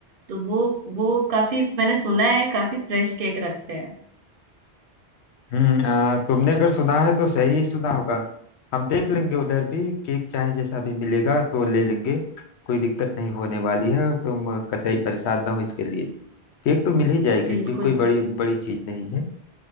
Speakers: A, on the right; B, on the left.
A: तो वो वो काफी मैंने सुना है काफी फ्रेश केक रखते हैं
B: हम्म आ, तुमने अगर सुना है तो सही ही सुना होगा हम देख लेंगे उधर भी केक चाहे जैसा भी मिलेगा तो ले लेंगे कोई दिक्कत नहीं होने वाली है और तुम कतई परेशान ना हो इसके लिए केक तो मिल ही जाएगी
A: बिल्कुल
B: केक कोई बड़ी बड़ी चीज नहीं है